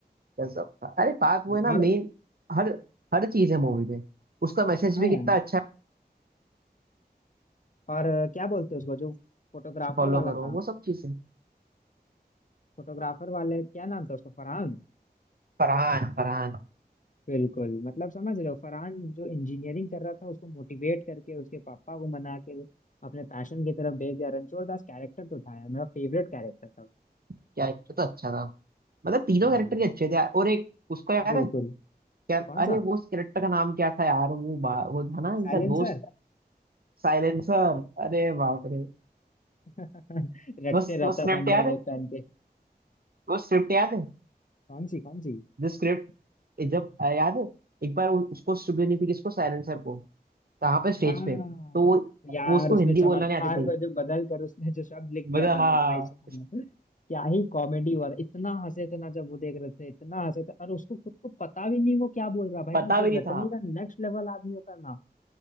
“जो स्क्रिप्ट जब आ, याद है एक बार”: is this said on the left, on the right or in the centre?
Right